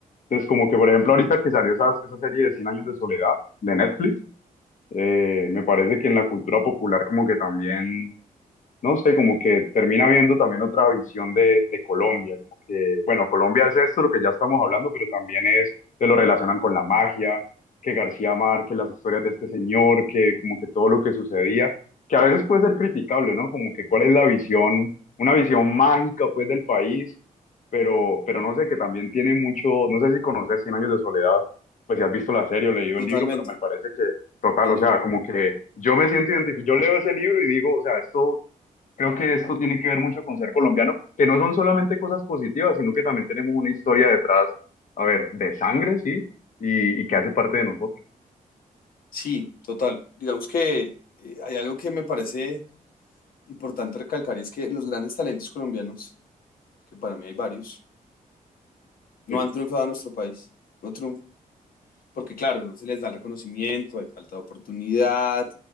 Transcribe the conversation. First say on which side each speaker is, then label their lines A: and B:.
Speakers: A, on the left; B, on the left.
A: Entonces, como que por ejemplo, ahorita que salió esa, esa serie de cien años de soledad de Netflix, eh, me parece que en la cultura popular como que también no sé, como que termina viendo también otra visión de, de Colombia, como que, bueno, Colombia es esto, lo que ya estamos hablando, pero también es, que lo relacionan con la magia, que García Márquez, las historias de este señor, que como que todo lo que sucedía, que a veces puede ser criticable, ¿no? Como que cuál es la visión, una visión mágica pues del país, pero, pero no sé, que también tiene mucho, no sé si conoces Cien Años de Soledad, pues si has visto la serie o leído
B: Totalmente,
A: el libro, pero me parece que, total,
B: el
A: o
B: libro.
A: sea, como que yo me siento identificado, yo leo ese libro y digo, o sea, esto Creo que esto tiene que ver mucho con ser colombiano, que no son solamente cosas positivas, sino que también tenemos una historia detrás, a ver, de sangre, sí, y, y que hace parte de nosotros.
B: Sí, total. Digamos que eh, hay algo que me parece importante recalcar y es que los grandes talentos colombianos, que para mí hay varios, no
A: Sí,
B: han triunfado en nuestro país. No, triunfan. porque claro, no se les da el reconocimiento, hay falta de oportunidad,